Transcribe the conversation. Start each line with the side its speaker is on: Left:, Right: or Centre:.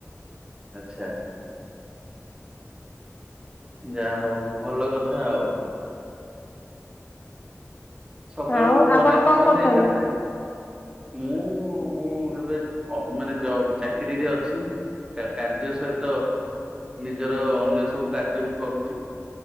Right: ଆଚ୍ଛା। ଯାହା ହଉ ଭଲ କଥା ଆଉ। ସକାଳୁ
Left: ଆଉ
Right: ବନେଇ
Left: ଆପଣ
Right: ଦଉଛନ୍ତି
Left: କଣ କରୁଛନ୍ତି
Right: ଏକାଥରେ। ମୁଁ ମୁଁ ଏବେ ଅ ମାନେ ଜବ ଚାକିରିରେ ଅଛି। ତା କାର୍ଯ୍ୟ ସହିତ ନିଜର ଅନ୍ୟ ସବୁ କାର୍ଯ୍ୟ ବି କରୁଛି।